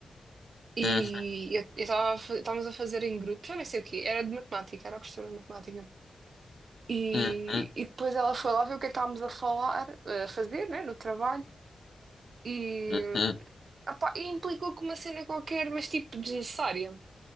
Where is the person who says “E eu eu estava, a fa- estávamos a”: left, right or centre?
Right